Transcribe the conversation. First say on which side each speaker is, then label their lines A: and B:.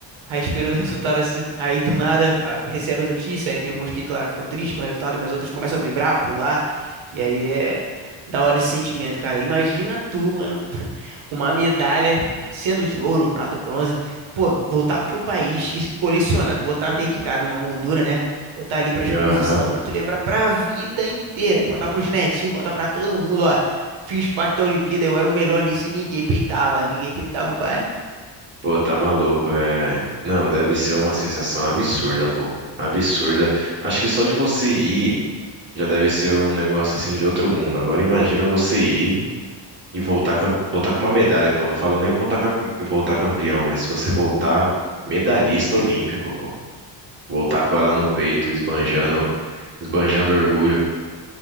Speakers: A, on the right; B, on the right.
A: aí esperando o resultado, assim. Aí, do nada, a- recebe a notícia, aí tem alguns que, claro, ficam tristes com o resultado, mas outros começam a vibrar, pular, e aí é da hora esse sentimento, cara. Imagina tu, mano, <laughs> com uma medalha, sendo de ouro, prata ou bronze, pô, voltar pro teu país e colecionar, botar dentro de casa numa moldura, né? Botar ali pra exposição,
B: aham.
A: pra tu lembrar pra vida inteira, contar pros netinhos, contar pra todo mundo, ó. Fiz parte da Olimpíada, eu era o melhor nisso e ninguém peitava, ninguém peitava o pai.
B: Pô, tá maluco, é. Não, deve ser uma sensação absurda, pô. Absurda. Acho que só de você ir já deve ser um negócio assim de outro mundo. Agora imagina você ir. E voltar, cam- voltar com uma medalha, pô. Não falo nem voltar, capi- voltar campeão, mas se você voltar medalhista olímpico, pô. Voltar com ela no peito, esbanjando, esbanjando orgulho.